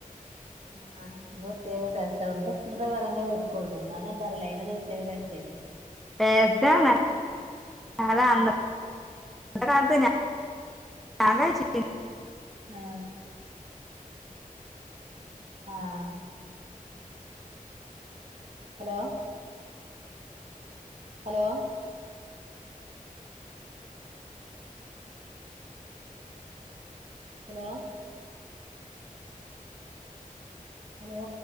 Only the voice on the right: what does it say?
ആഹ് ന് പ്രത്യേക ടേസ്റ്റാ വെർതെ ഉപ്പിട്ടിട്ടെ പറയുമ്പൊ വെക്കുള്ളു എന്നാലും എന്താണെന്നറിയില്ല അതിനൊരു പ്രത്യേക ടേസ്റ്റേരുന്നു.
ഉം
ആഹ് ആഹ് ഹലോ ഹലോ ഹലോ ഹലോ?